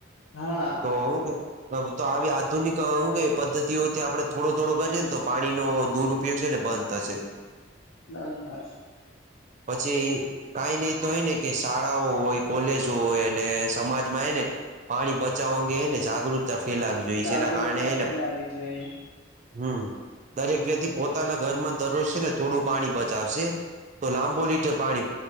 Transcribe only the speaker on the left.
હા,
નાંધ <unintelligible>
જાગૃતતા
ફેલાવી જોઈએ.